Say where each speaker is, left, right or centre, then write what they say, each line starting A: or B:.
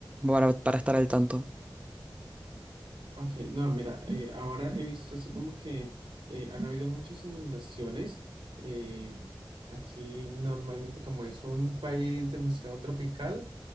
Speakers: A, on the right (about 15°); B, on the right (about 80°).
A: Para, para estar al tanto.
B: Ok, no, mira, eh, ahora he visto así como que eh, han habido muchas inundaciones. eh, aquí normalmente como es un país demasiado tropical,